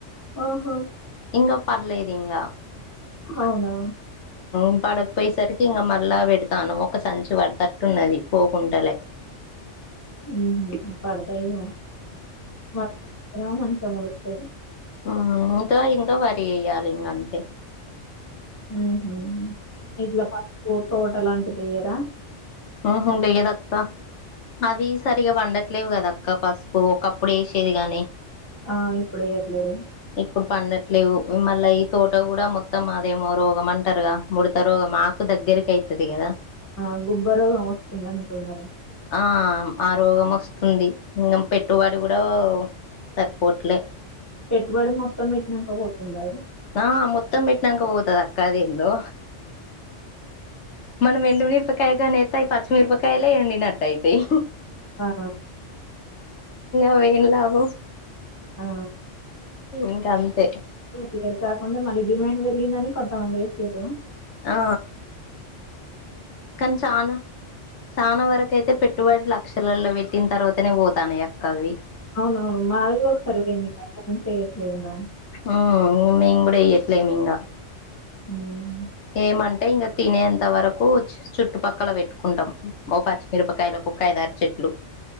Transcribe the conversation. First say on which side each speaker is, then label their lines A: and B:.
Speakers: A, on the left (about 15°); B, on the left (about 70°).
A: ఆహా
B: ఇంగ పర్లేదీంగ
A: అవునా
B: ఇ పడకపోయేసరికి ఇంకా మళ్ళా పెడతాను ఒక సంచి పడతట్టున్నది పోకుంటలే
A: హ్మ్ పడతాయి వా మంచిగా <unintelligible>
B: ఆ ఉంటే ఇంకా వరి చేయ్యాలి ఇంకా అంతే
A: హు హ్మ్ ఇడ్ల పప్పు తోట లాంటివి వేయరా
B: అహ లేదక్కా అవి సరిగా వండట్లేవు కదా అక్క పసుపు ఒకప్పుడు వేసేది గాని
A: ఆ ఇప్పుడు యేయ్యట్లేరు
B: ఇప్పుడు పండట్లేదు మళ్ళీ ఈ తోట కూడా మొత్తం అదేమో రోగం అంటారుగా ముుడత రోగం ఆకు దగ్గరకి అయ్తది కదా
A: ఆ గుబ్బరు వస్తుంద అంటున్నారు
B: ఆ ఆరోగం వస్తుంది ఇంకా పెట్టుబడి కూడా సరిపోవట్లే
A: పెట్టుబడి మొత్తం పెట్టినాక పోతుంది అది
B: నా మోత్తం పెట్నంక పోతాది అక్క అదేందో మనం ఎండుమిరపకాయ కానీ ఏతే అవి పచ్చిమిరపకాయలే ఎండినట్టటు ఐతాయి
A: ఆ
B: అవి ఏం లాభం
A: ఆ
B: ఇంక అంతే
A: ఇక్కడ కాకుండా మళ్ళీ డిమాండ్ పెరిగిందని కొంతమంది ఇస్థిరు
B: ఆ కనీ చానా చానా వరకు అయితే పెట్టుబడి లక్షలలో పెట్టిన తర్వాతనే పోతానై అక్క అవి
A: అవునవును మాదిగగా ఒకసారివేం చేయట్లేదుద
B: ఉ ఇంగా మేం కూడా ఈయట్లేమ్ ఇంగా
A: ఉమ్
B: ఏమంటే ఇంకా తినేంత వరకు చుట్టుపక్కల పెట్టుకుంటాం ఓ పచ్చిమిరపకాయల కుక్కఐదారు చెట్లు